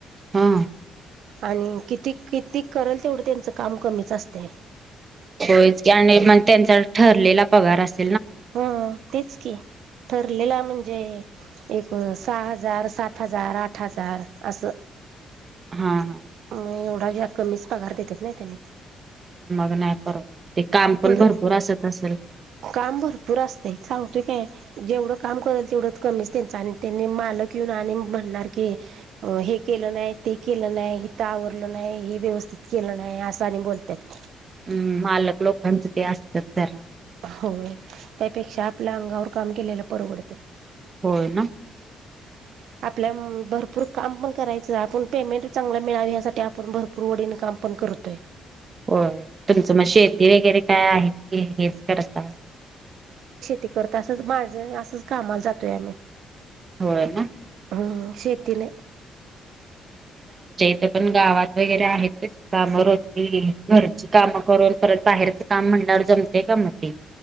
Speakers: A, on the right; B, on the right.
A: हा
B: आणि किती किती करेल तेवढं त्यांचं काम कमीच असते.
A: होयच की आणि मग त्यांचा ठरलेला पगार असत.
B: ह, तेच की ठरलेला म्हणजे एक सहा हजार सात हजार, आठ हजार अस
A: हा हा
B: मग एवढ कमी पगार देतात नाही त्यानी
A: मग नाही परवडत. ते काम पण
B: बर
A: भरपूर असत असेल
B: काम भरपूर असतय सांग ते काय जेवढं काम करेल तेवढं कमीच, त्यांच आणि त्यांनी मालक येऊन आणि म्हणणार की, हे केलं नाही, ते केलं नाही हीत आवरलं नाही. हे व्यवस्थित केलं नाही असं आणि बोलतात. <inaudible>
A: हम्म मालक लोकांचं ते असतात जरा.
B: हो त्यापेक्षा आपल्या अंगावर काम केलेलं परवडतय.
A: होय ना
B: आपल्या भरपूर काम पण करायचं आपण पेमेंट चांगला मिळावी यासाठी आपण भरपूर वडीण काम पण करतोय.
A: हो तुमचं मग शेती वगैरे काय आहे हेच करताय?
B: ती करत असच माझं असच कामाला जातोय. आम्ही
A: होय ना
B: हम्म शेती नाही.
A: तरी पण गावात वगैरे आहेत तशी कामं रोजची घरची कामं करून, परत बाहेरचं काम म्हणल्यावर जमतय. का मग ते.